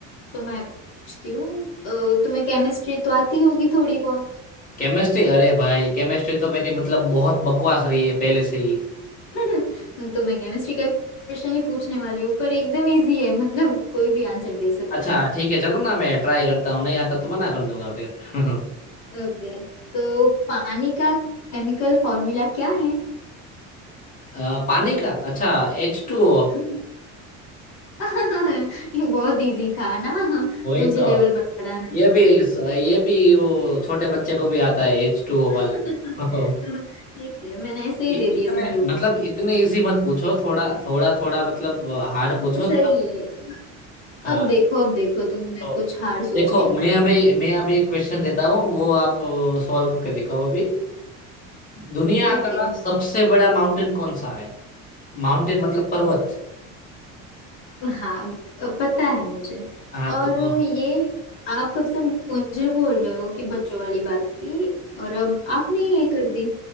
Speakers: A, on the left (about 70°); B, on the left (about 20°).
A: तो मैं पूछती हूँ अ, तुम्हें केमिस्ट्री तो आती होगी थोड़ी बहुत
B: केमिस्ट्री अरे भाई केमिस्ट्री तो मेरी मतलब बहुत बकवास रही है पहले से ही
A: <laughs> तो मैं केमिस्ट्री का क्वेश्चन ही पूछने वाली हूँ पर एकदम इजी है मतलब कोई भी आंसर दे सकता
B: अच्छा
A: है
B: ठीक है चलो ना मैं ट्राई करता हूँ नहीं आता तो मना कर दूंगा फिर <laughs>
A: ओके तो पानी का केमिकल फॉर्मूला क्या है
B: अ, पानी का अच्छा H two O
A: हाँ। <laughs> ये बहुत इजी था ना
B: वही
A: मुझे
B: तो
A: लेवल बढ़ाना
B: ये
A: पड़ेगा
B: भी ये भी वो छोटे बच्चे को भी आता है एच टू ओ
A: <laughs>
B: वाला <laughs>
A: ठीक है मैंने ऐसे ही
B: इ-
A: दे दिए
B: इतने
A: तुम्हें दो
B: मतलब
A: पॉइंट
B: इतने इजी मत पूछो थोड़ा थोड़ा थोड़ा मतलब हार्ड पूछो
A: सही
B: थोड़ा
A: है
B: हाँ
A: अब देखो अब देखो तुम्हें मैं
B: तो
A: कुछ हार्ड सोच
B: देखो
A: के आती
B: मैं
A: हूँ
B: अभी मैं अभी एक क्वेश्चन देता हूँ वो आप सॉल्व करके दिखाओ अभी दुनिया
A: ओके
B: का सबसे बड़ा माउंटेन कौन सा है माउंटेन मतलब पर्वत
A: हाँ पता है मुझे
B: हाँ
A: और
B: तो हाँ
A: ये आप कब से मुझे बोल रहे हो कि बच्चों वाली बात की और अब आपने ये कर दी